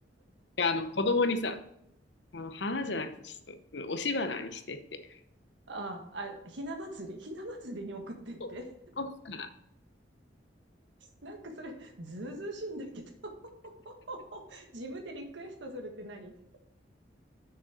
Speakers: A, on the left (about 70°); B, on the right (about 80°).
A: や、あの、子供にさ、あの、花じゃなくて、ちょっと、うん押し花にしてって。
B: ああ、あ、ひな祭りひな祭りに送ってって。
A: そう押すから。
B: <laughs> なんかそれ、ずうずうしいんだけど。<laughs> 自分でリクエストするって何